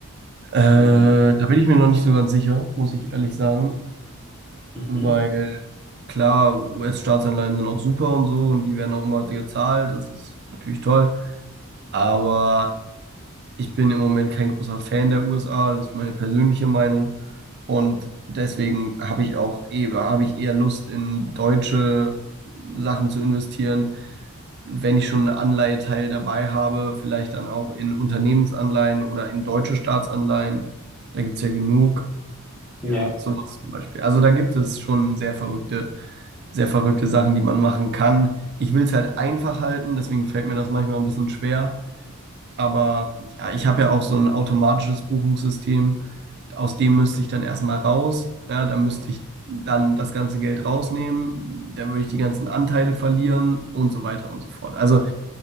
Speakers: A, on the right (about 50°); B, in the centre.
A: Äh,
B: werden lassen?
A: da bin ich mir noch nicht so ganz sicher, muss ich ehrlich sagen,
B: Mhm.
A: weil klar, US-Staatsanleihen sind auch super und so und die werden auch immer gezahlt, das ist natürlich toll. Aber ich bin im Moment kein großer Fan der USA, das ist meine persönliche Meinung. Und deswegen habe ich auch eher, habe ich eher Lust, in deutsche Sachen zu investieren. Wenn ich schon einen Anleiheteil dabei habe, vielleicht dann auch in Unternehmensanleihen oder in deutsche Staatsanleihen. Da gibt es ja genug.
B: Ja,
A: Ja, sowas zum Beispiel. Also da gibt es schon sehr verrückte, sehr verrückte Sachen, die man machen kann. Ich will es halt einfach halten, deswegen fällt mir das manchmal ein bisschen schwer. Aber ja, ich habe ja auch so ein automatisches Buchungssystem. Aus dem müsste ich dann erstmal raus. Ja, da müsste ich dann das ganze Geld rausnehmen. Dann würde ich die ganzen Anteile verlieren und so weiter und so fort. Also